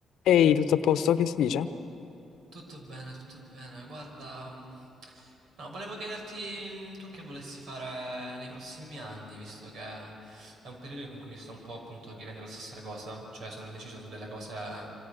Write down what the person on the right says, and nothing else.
Tutto bene, tutto bene. Guarda, mm, no, volevo chiederti mm, tu che volessi fare nei prossimi anni, visto che è un periodo in cui mi sto un po' appunto chiedendo la stessa cosa, cioè sono indeciso su delle cose